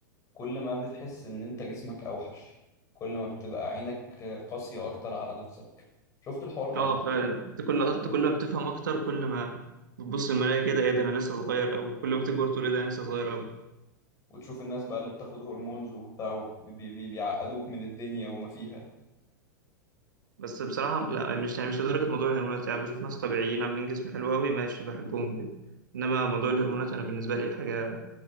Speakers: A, on the left; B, on the right.
A: كل ما بتحس ان انت جسمك اوحش كل ما بتبقى عينك قاسية اكتر على نفسك شفت الحوار ده
B: اه
A: قبل
B: فعلا
A: كده
B: انت كل انت كل ما بتفهم اكتر كل ما بتبص المرايه كده ايه ده انا لسه صغير او كل ما تكبر تقول ايه ده انا لسه صغير
A: وتشوف الناس بقى اللي بتاخد هرمونز وبتاع وبي- بي- بيعقدوك من الدنيا وما فيها
B: بس بصراحة لا يعني مش يعني مش لدرجة موضوع الهرمونات يعني بشوف ناس طبيعيين عاملين جسم حلو أوي ماشي بحبهم جدا إنما موضوع الهرمونات أنا بالنسبة لي حاجة